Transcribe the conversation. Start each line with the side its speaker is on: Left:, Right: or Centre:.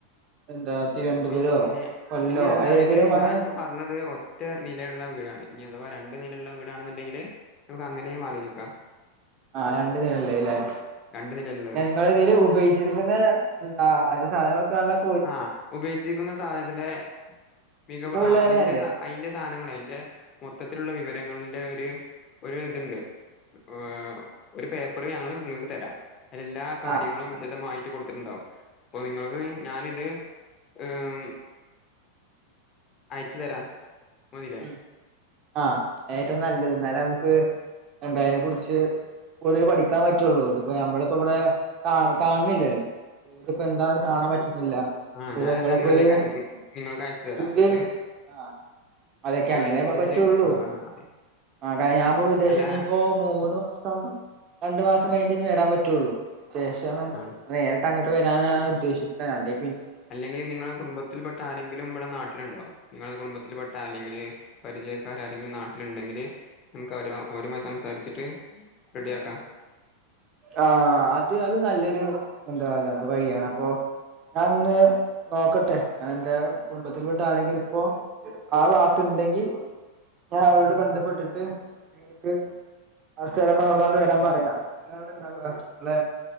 Right: എന്താ തിരുവനന്തപുരോ
Left: പിന്നെ
Right: കൊല്ലോ
Left: പിന്നെ അല്ല
Right: അയ് ഏതേലും
Left: ഇത്
Right: അങ്ങനെ
Left: ഞാനിപ്പോ പറഞ്ഞത് ഒറ്റ നിലയുള്ള വീടാണ്, ഇനി അഥവാ രണ്ട് നിലയുള്ള വീടാണെന്നുണ്ടെങ്കില് നമുക്ക് അങ്ങനെയും ആലോചിക്കാം,
Right: ആഹ് രണ്ട് നിലയില്ലേ
Left: രണ്ട് നിലയിള്ളത്.
Right: <unintelligible> ഉപയോഗിച്ചിരിക്കുന്ന എന്താ അതിന്റെ സാധനങ്ങളൊക്കെ <unintelligible>
Left: ആഹ് ഉപയോഗിച്ചിരിക്കുന്ന സാധനത്തിന്റെ മികവ്
Right: മികവുള്ളതന്നല്ലേ
Left: ആഹ് അതിന്റെ കാ അയിന്റെ സ് സാധാനങ്ങളെ അയിന്റെ മൊത്തത്തിലുള്ള വിവരങ്ങള്ന്റെ ഒരു ഒരു ഇതിണ്ട്. എഹ് ഒരു പേപ്പറ് ഞങ്ങള് നിങ്ങക്ക് തരാം. അതിൽ എല്ലാ കാര്യങ്ങളും
Right: ആഹ് ആഹ്
Left: വിശദമായിട്ട് കൊടുത്തിട്ടുണ്ടാവും അപ്പോ നിങ്ങൾക്ക്
Right: ആഹ്
Left: ഞാനിത് എം അയച്ചു തരാം. മതില്ലേ
Right: മ് ആഹ് ഏറ്റവും നല്ലത് എന്നാല നമുക്ക് എന്ത അതിനെ കുറിച്ച് കൂടുതൽ പഠിക്കാൻ പറ്റുള്ളൂ, ഇത് ഇപ്പ നമ്മളിപ്പോ ഇവടെ കാ കാണുന്നില്ലല്ലോ വീട് ഇപ്പം എന്താന്ന് കാണാൻ പറ്റുന്നില്ല
Left: ആഹ്
Right: നമ്മളിപ്പോ
Left: ഞാനെല്ലാം
Right: നിങ്ങളിപ്പോ
Left: ഇങ്ങളിലേക്ക്
Right: ഒരു
Left: നിങ്ങൾക്ക് അയച്ചു തരാം
Right: ഇവര്
Left: എന്നിട്ട്
Right: ആഹ്. അതൊക്കെ
Left: നിങ്ങൾ
Right: അങ്ങനെ
Left: അതിനനുസരിച്ച്
Right: ഇപ്പ പറ്റുള്ളൂ
Left: ആ പറഞ്ഞാൽ മതി
Right: ആ കാര ഞാൻപ്പൊ വിദേശത്ത്
Left: അല്ല
Right: ന്ന്പ്പോ ഇപ്പം മൂന്ന് മാസം രണ്ടു മാസം കഴിഞ്ഞിട്ടേ ഇഞ് വരാൻ പറ്റുള്ളു. ശേഷാണ്
Left: ആ
Right: നേരിട്ട് അങ്ങട്ട് വരാനാണ് ഉദ്ദേശിക്ക്ണെ അല്ലെ
Left: അല്ലെങ്കി നിങ്ങളെ കുടുംബത്തിൽ പെട്ട ആരെങ്കിലും ഇവടെ നാട്ടില്ണ്ടോ? നിങ്ങളുടെ കുടുംബത്തിൽ പെട്ട അല്ലെങ്കില് പരിചയക്കാര് ആരെങ്കിലും നാട്ടില്ണ്ടെങ്കില് നമുക്ക് അവര് അവരുമായി സംസാരിച്ചിട്ട് റെഡിയാക്കാ.
Right: ആഹ് അത് അത് നല്ലൊരു എന്താണ് വയിയാണ്. അപ്പൊ ഞാൻ ഇന്ന് നോക്കട്ടെ ഞാനെന്റെ കുടുംബത്തിൽപ്പെട്ട ആരെങ്കിലും ഇപ്പോ ആ ഭാത്തുണ്ടെങ്കി ഞാൻ അവരോട് ബന്ധപ്പെട്ടിട്ട് നിങ്ങക്ക് ആ സ്ഥലം പർഞൊട്താണ്ട് വരാൻ പറയാ. ഇങ്ങള് എവിടെണ്ടാവാ, ഇങ്ങള്